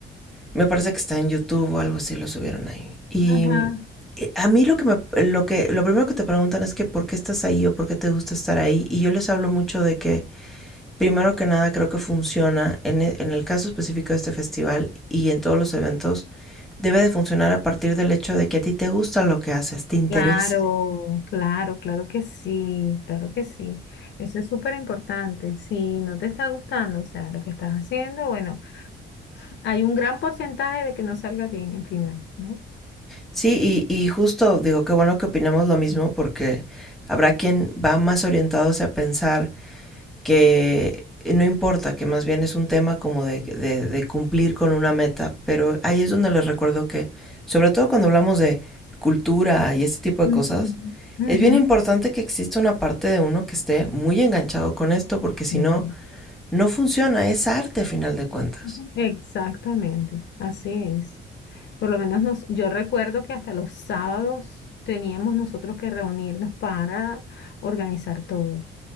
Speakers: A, in the centre; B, on the left.
A: me parece que está en YouTube o algo así, lo subieron ahí. Y
B: ajá.
A: eh, a mí lo que me, lo que, lo primero que te preguntan es que por qué estás ahí o por qué te gusta estar ahí. Y yo les hablo mucho de que, primero que nada, creo que funciona en, e, en el caso específico de este festival y en todos los eventos, debe de funcionar a partir del hecho de que a ti te gusta lo que haces, te interesa.
B: Claro, claro, claro que sí, claro que sí. Eso es súper importante. Si no te está gustando, o sea, lo que estás haciendo, bueno, hay un gran porcentaje de que no salga bien al final, ¿no?
A: Sí, y, y justo digo, qué bueno que opinamos lo mismo porque habrá quien va más orientado a pensar que no importa, que más bien es un tema como de, de, de cumplir con una meta, pero ahí es donde les recuerdo que, sobre todo cuando hablamos de cultura y este tipo de
B: Ujú,
A: cosas,
B: ujú,
A: es bien importante que exista una parte de uno que esté muy enganchado con esto porque si
B: claro.
A: no, no funciona, es arte a final de cuentas.
B: Ujú. Exactamente, así es. Por lo menos nos, yo recuerdo que hasta los sábados teníamos nosotros que reunirnos para organizar todo.